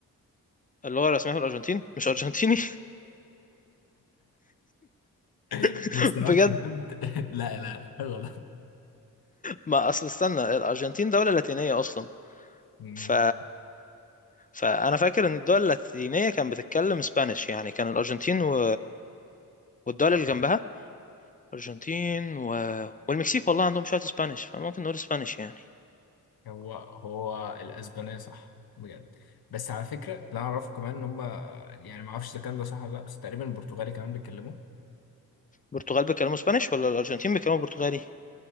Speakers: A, on the left; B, on the left.
A: اللغة الرسمية في الأرجنتين مش أرجنتيني
B: <laughs>
A: <laughs>
B: مستواك
A: بجد
B: في الهبد <laughs> لا لا غلط
A: ما أصل استنى الأرجنتين دولة لاتينية أصلا
B: أمم،
A: ف فأنا فاكر إن الدول اللاتينية كانت بتتكلم اسبانيش يعني كان الأرجنتين و... والدول اللي جنبها الأرجنتين و... والمكسيك والله عندهم شوية اسبانيش فممكن نقول اسبانيش يعني
B: هو هو الأسبانية صح بجد بس على فكرة لا أعرفه كمان إن هم يعني ما أعرفش إذا كان ده صح ولا لأ بس تقريبا البرتغالي كمان بيتكلموا
A: البرتغال بيتكلموا اسبانيش ولا الارجنتين بيتكلموا برتغالي